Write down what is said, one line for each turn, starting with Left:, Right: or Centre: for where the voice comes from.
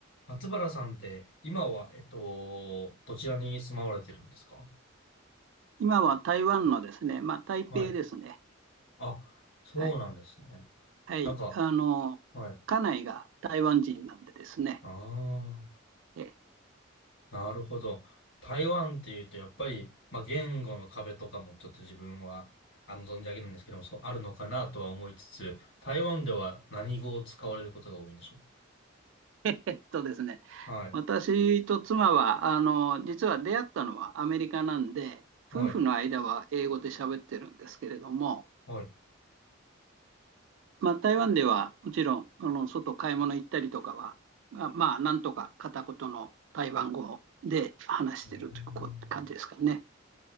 Left: 松原さんって、今は、えっと、どちらに住まわれてるんですか
Right: 今は台湾のですね、まあ、台北ですね。
Left: はい。あ、そうなんですね。
Right: はい。はい。
Left: なんか、
Right: あの、
Left: はい。
Right: 家内が台湾人なんでですね。
Left: ああ、
Right: え
Left: なるほど。台湾っていうと、やっぱり、まあ、言語の壁とかもちょっと自分は、あの、存じ上げないんですけども、そう、あるのかなとは思いつつ、台湾では何語を使われることが多いんでしょう
Right: えっとですね、
Left: かはい。
Right: 私と妻は、あの、実は出会ったのはアメリカなんで、
Left: はい。
Right: 夫婦の間は英語で喋ってるんですけれども、
Left: はい。う
Right: まあ、台湾ではもちろん、あの、外買い物行ったりとかは、あまあ、なんとか片言の台湾語で話してるという感じですかね。
Left: ーん。